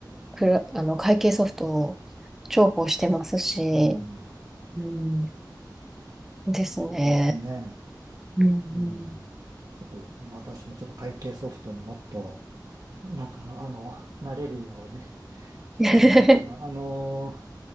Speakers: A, in the centre; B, on the right.
A: くら、あの、会計ソフトを重宝してますし、
B: うん、
A: うん、ですね。
B: そうですね。
A: うんうん、
B: うん。ちょっと私もちょっと会計ソフトにもっと、なんか、あの、慣れるように <laughs> したいですが、
A: <laughs>
B: あの、